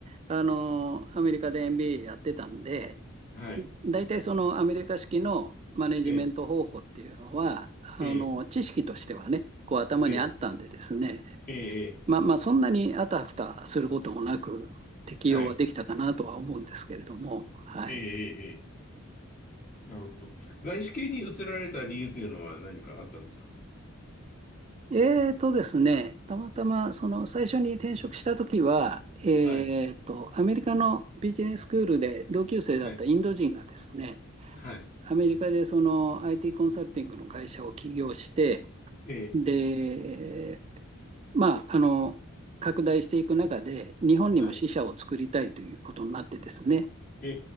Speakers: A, on the right; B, on the left.
A: あの、アメリカで MBA やってたんで、
B: はい。
A: 大体そのアメリカ式のマネジメント方法っていうのは、
B: ええ、
A: あの、
B: ええ、
A: 知識としてはね、こう頭にあったんでですね、
B: ええ、ええ、
A: まあまあ、そんなにあたふたすることもなく、適用はできたかなとは思うんですけれども、
B: はい。
A: はい。
B: ええ、ええ、ええなるほど。外資系に移られた理由というのは何かあったんですか
A: えーとですね、たまたまその最初に転職した時は、えーと、
B: はい、
A: アメリカのビジネススクールで同級生だったインド人がですね、
B: はい、はい。
A: アメリカでその IT コンサルティングの会社を起業して、
B: ええ、
A: で、まあ、あの、拡大していく中で、日本にも支社を作りたいということになってですね、
B: はい。え